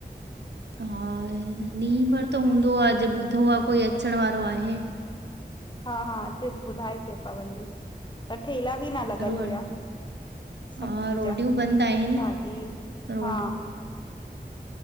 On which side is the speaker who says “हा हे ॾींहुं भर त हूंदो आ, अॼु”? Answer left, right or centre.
Right